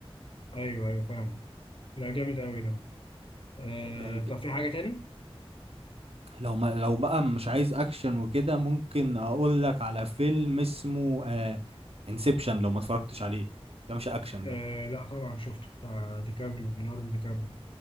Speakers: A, on the left; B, on the right.
A: ايوه ايوه فاهم لا جامد قوي ده آه
B: آه، ج-
A: طب في حاجة تاني؟
B: لو ما لو بقى مش عايز اكشن وكده ممكن اقول لك على فيلم اسمه انسبشن لو ما اتفرجتش عليه ده مش اكشن ده
A: آه لا طبعا شفته بتاع ديكابريو ليوناردو ديكابريو